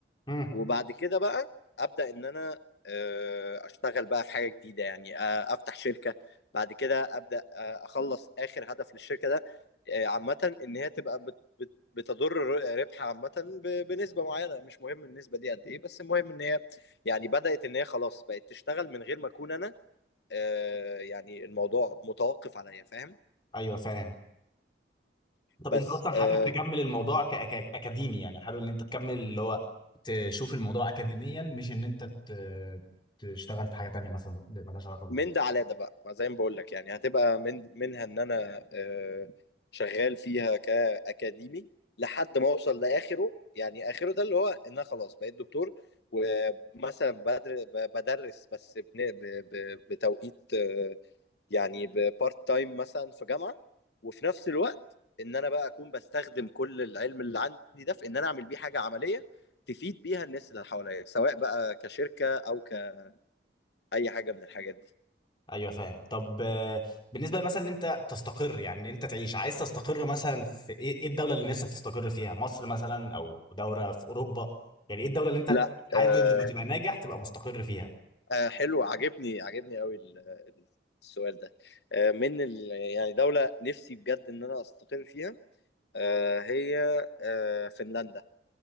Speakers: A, on the left (about 25°); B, on the left (about 70°).
A: مم.
B: وبعد كده بقى ابدا ان انا آه، اشتغل بقى في حاجه جديده يعني آه، افتح شركه بعد كده ابدا آه، اخلص اخر هدف للشركه ده آه، عامه ان هي تبقى بت- بت- بتضر ر- ربحها عامه ب- بنسبه معينه مش مهم النسبه دي قد ايه بس المهم ان هي يعني بدات ان هي خلاص بقت تشتغل من غير ما اكون انا آه، يعني الموضوع متوقف عليا فاهم
A: ايوه فاهم طب
B: بس
A: انت اصلا حابب
B: آه،
A: تكمل الموضوع كاكاديمي يعني حابب ان انت تكمل اللي هو تشوف الموضوع اكاديميا مش ان انت ت- تشتغل في حاجه تانية مثلا مالهاش علاقه بالموضوع
B: من ده على ده بقى ما زي ما بقول لك يعني هتبقى من منها ان انا آه، شغال فيها كاكاديمي لحد ما اوصل لاخره يعني اخره ده اللي هو ان انا خلاص بقيت دكتور ومثلا بدر- ب- بدرس بس بن- ب- ب- بتوقيت آه، يعني بارت تايم مثلا في جامعه وفي نفس الوقت ان انا بقى اكون بستخدم كل العلم اللي عندي ده في ان انا اعمل بيه حاجه عمليه تفيد بيها الناس اللي حواليا سواء بقى كشركه او كاي حاجه من الحاجات دي
A: ايوه فاهم طب آه، بالنسبه مثلا ان انت تستقر يعني ان انت تعيش عايز تستقر مثلا في ايه إيه الدوله اللي نفسك تستقر فيها مصر مثلا او دوله في اوروبا يعني ايه الدوله اللي انت
B: لا
A: حابب
B: آه
A: لما تبقى ناجح تبقى مستقر فيها
B: آه حلو عجبني عجبني قوي ال- ال- السؤال ده آه من ال يعني دولة نفسي بجد ان انا استقر فيها آه هي آه فنلندا